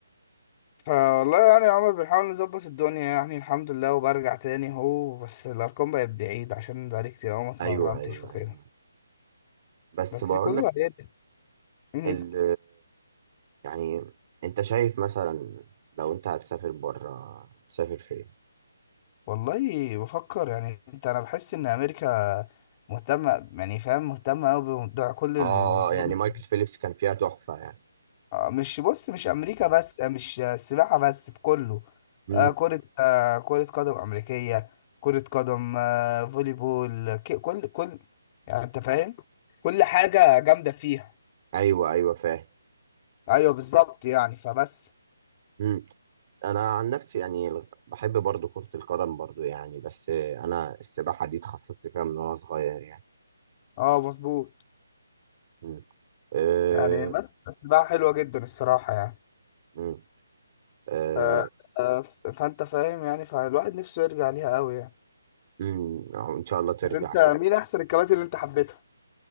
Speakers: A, on the left; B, on the right.
A: فوالله يعني يا عمر بنحاول نظبط الدنيا يعني الحمد لله وبرجع تاني اهو بس الارقام بقت بعيد عشان بقالي كتير اوي ما اتمرنتش
B: ايوه ايوه
A: وكده
B: ايوه بس
A: بس
B: بقول
A: كله
B: لك
A: هيرجع مم.
B: ال يعني انت شايف مثلا لو انت هتسافر بره تسافر فين؟
A: والله بفكر يعني انت انا بحس ان امريكا مهتمة يعني فاهم مهتمة اوي بموضوع كل السبورت
B: اه يعني مايكل فيليبس كان فيها تحفة يعني
A: آه، مش بص مش امريكا بس آه، مش آه، السباحه بس في كله
B: مم.
A: آه، كره آه، كره قدم امريكيه كره قدم آه، فولي بول ك- كل كل يعني انت فاهم كل حاجه جامده فيها
B: ايوه ايوه فاهم
A: ايوه بالظبط يعني فبس
B: مم. انا عن نفسي يعني بحب برضو كرة القدم برضو يعني بس انا السباحة دي اتخصصت فيها من وانا صغير يعني
A: اه مظبوط
B: مم. آه،
A: يعني بس بس بقى حلوه جدا الصراحه يعني
B: مم. آه،
A: آه، آه، ف- فانت فاهم يعني فالواحد نفسه يرجع ليها قوي يعني
B: مم. آه، ان شاء الله ترجع
A: بس انت مين
B: كده
A: احسن الكباتن اللي انت حبيتها